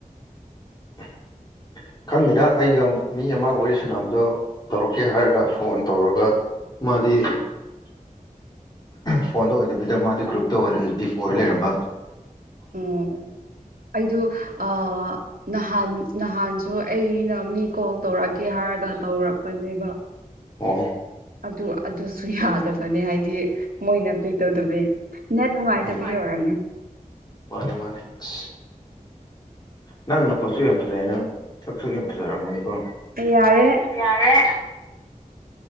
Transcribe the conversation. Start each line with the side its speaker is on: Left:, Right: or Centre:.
Left: <unintelligible> ꯈꯪꯗꯦꯗ ꯑꯩꯒ ꯃꯤ ꯑꯃ ꯋꯥꯔꯤ ꯁꯅꯥꯕꯗꯣ ꯇꯧꯔꯛꯀꯦ ꯍꯥꯏꯔꯒ ꯐꯣꯟ ꯇꯧꯔꯒ ꯃꯗꯤ ꯐꯣꯟꯗ ꯑꯣꯏꯗꯕꯤꯗ ꯃꯥꯗꯤ ꯒ꯭ꯔꯨꯞꯇ ꯑꯣꯏꯅ ꯑꯦ ꯗꯤꯐ ꯑꯣꯏꯔ ꯂꯩꯔꯝꯕ
Right: ꯑꯥꯝ ꯑꯩꯗ ꯅꯍꯥꯟ ꯅꯍꯥꯟꯁꯨ ꯑꯩꯅ ꯃꯤ ꯀꯣꯜ ꯇꯧꯔꯛꯑꯒꯦ ꯍꯥꯏꯔꯒ ꯇꯧꯔꯛꯄꯅꯦꯕ
Left: ꯑꯣ
Right: ꯑꯗꯨ ꯑꯗꯨꯁꯨ ꯌꯥꯗꯕꯅꯦ ꯍꯥꯏꯗꯤ ꯃꯣꯏꯅ ꯄꯤꯛ ꯇꯧꯗꯕꯤ ꯅꯦꯠ ꯅꯨꯡꯉꯥꯏꯇꯕꯒꯤ
Left: ꯎꯝ
Right: ꯑꯣꯏꯔꯝꯅꯤ
Left: ꯃꯥꯅꯦ ꯃꯥꯅꯦ ꯑꯁ ꯅꯪ ꯅꯈꯣꯟꯠꯁꯨ ꯌꯥꯝ ꯐꯖꯩ ꯅꯪ ꯁꯛꯁꯨ ꯌꯥꯝ ꯐꯖꯔꯝꯒꯅꯤꯀꯣ
Right: ꯑꯩ ꯌꯥꯔꯦ
Left: ꯌꯥ ꯌꯥꯔꯦ